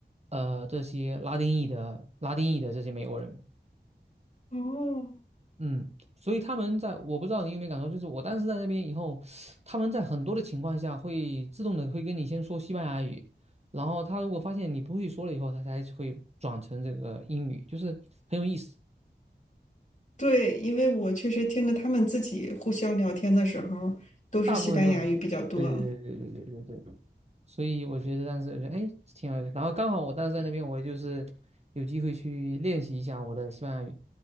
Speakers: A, on the right; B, on the left.
A: 呃，这些拉丁裔的拉丁裔的这些美国人，
B: 哦，
A: 嗯，所以他们在我不知道你有没有感受，就是我当时在那边以后，他们在很多的情况下会自动的会跟你先说西班牙语，然后他如果发现你不会说了以后，他才会转成这个英语，就是很有意思，
B: 对，因为我确实听着他们自己互相聊天的时候，都是西班牙语比较多。
A: 大部分都，对对对对对对对对。所以我觉得当时我觉得哎挺好的，然后刚好我当时在那边，我也就是有机会去练习一下我的西班牙语，